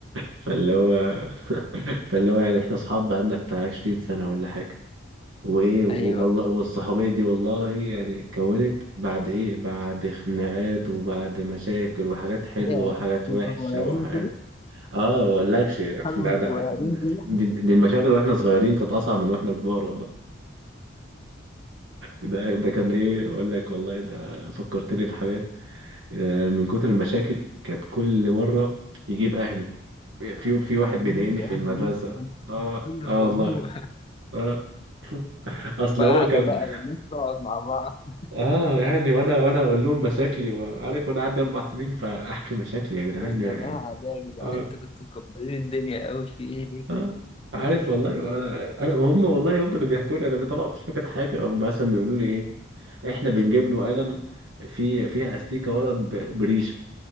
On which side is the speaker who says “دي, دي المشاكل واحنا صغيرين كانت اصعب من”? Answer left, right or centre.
Right